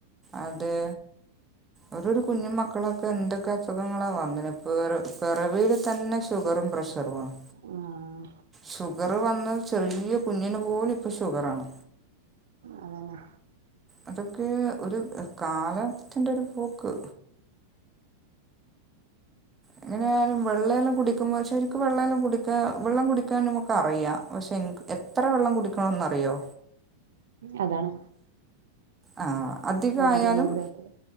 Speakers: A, on the right; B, on the right.
A: അതെ. ഓരോരു കുഞ്ഞു മക്കളൊക്കെ എന്തക്കെ അസുഖങ്ങളാ വന്നിന് പെറ പെറവീല് തന്നെ ഷുഗറും പ്രഷറുവാണ്
B: ആഹ്
A: ഷുഗറു വന്ന്. ചെറിയ കുഞ്ഞിനു പോലും ഇപ്പൊ ഷുഗറാണ്.
B: അതന്നെ.
A: അതൊക്കെ ഒരു ഏഹ് കാല <unintelligible> പോക്ക്. എങ്ങനെയാലും വെള്ളെല്ലാം കുടി <unintelligible> ശരിക്കും വെള്ളം എല്ലാം കുടിക്കാൻ വെള്ളം കുടിക്കാൻ നമ്മക്ക് അറിയാം. പക്ഷെ എത്ര വെള്ളം കുടിക്കണോന്ന് അറിയോ?
B: അതാണ്
A: ആ അധികായാലും
B: വണ്ടി ഒന്നാണ് ബേക്കില്